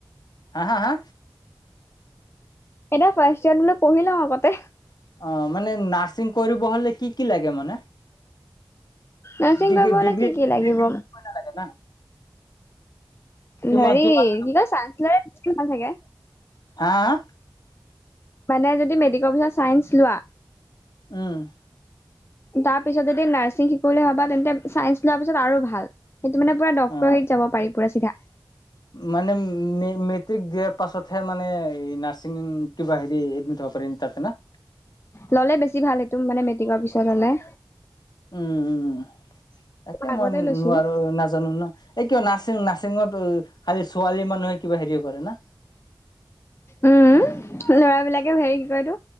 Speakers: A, on the left; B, on the left.
A: হা হা হা
B: এনেও ফাৰ্ষ্ট ইয়েৰত বলো পঢ়ি লওঁ আগতে।
A: অ মানে নাৰ্ছিং কৰিব হলে কি কি লাগে মানে।
B: নাৰ্ছিং
A: ডিগ্ৰী
B: কৰিব হলে
A: ডিগ্ৰী
B: কি কি কি লাগিব
A: নালাগে না কিমান
B: হেৰি
A: কিমান
B: কি কয়, চাৰ্টিফিকেট চাগে
A: হা হা।
B: মানে যদি মেট্ৰিকৰ পিছত চাইন্স লোৱা।
A: উম।
B: তাৰপিছত যদি নাৰ্ছিং শিকো বুলি ভবা তেন্তে চাইন্স লোৱাৰ পিছত আৰু ভাল। সেইটো মানে পুৰা ডক্তৰ
A: অ
B: হাৰিত যাব পাৰি পুৰা চিধা।
A: মানে। মেট্ৰিক দিয়াৰ পাছতহে মানে নাৰ্ছিং কিবা হেৰি এডমিট হব পাৰি তাতে নহ।
B: ললে বেছি ভাল। সেইটো মানে মেট্ৰিকৰ পিছত হলে।
A: উম উম তাকে
B: আগতে
A: মই
B: লৈছো
A: নোৱাৰো নাজানো নহ। এই কিয় নাৰ্ছিং নাৰ্ছিংত খালি ছোৱালী মানুহে কিবা হেৰি কৰে না।
B: উম, লৰাবিলাকে এ হেৰি কি কয় এইতো,